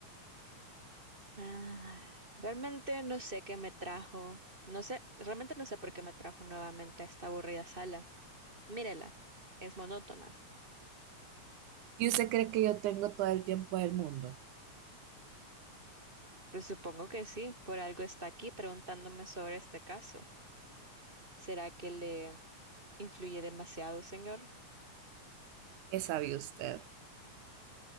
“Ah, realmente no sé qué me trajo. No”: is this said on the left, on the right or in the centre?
Right